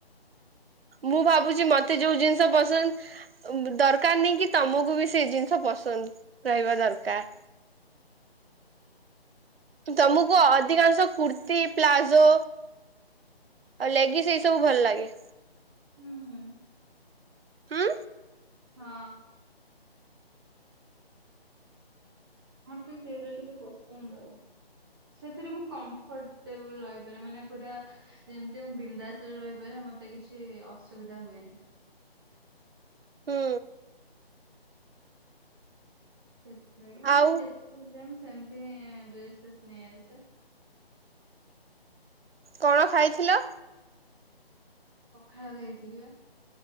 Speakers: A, on the right; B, on the right.
A: ମୁଁ ଭାବୁଛି ମତେ ଯୋଉ ଜିନିଷ ପସନ୍ଦ ଉଁ ଦରକାର ନି କି ତମକୁ ବି ସେଇ ଜିନିଷ ପସନ୍ଦ ରହିବା ଦରକାର। ତମକୁ ଅଧିକାଂଶ କୁର୍ତ୍ତି ପ୍ଲାଜୋ ଆଉ ଲେଗିସ୍ ଏଇ ସବୁ ଭଲ ଲାଗେ।
B: ହୁଁ ହୁଁ।
A: ହୁଁ
B: ହଁ। ମତେ ସେଉରା ଟିକେ ପସନ୍ଦ। ସେଥିରେ ମୁଁ କମ୍ଫର୍ଟେବଲ ରହିପାରେ ମାନେ ପୁରା ଯେମତି ମୁଁ ବିନ୍ଦାସରେ ରହିପାରେି ମତେ କିଛି ଅସୁବିଧା ହୁଏନି।
A: ହୁଁ।
B: ସେଥିଲାଗି ମୁଁ
A: ଆଉ
B: ଯେତେବେଳେ ଯାଏ ମୁଁ ସେମତି ଡ୍ରେସ ଫ୍ରେସ ନେଇ ଆସେ।
A: କଣ ଖାଇଥିଲ।
B: ପଖାଳ ଖାଇଥିଲି ବା।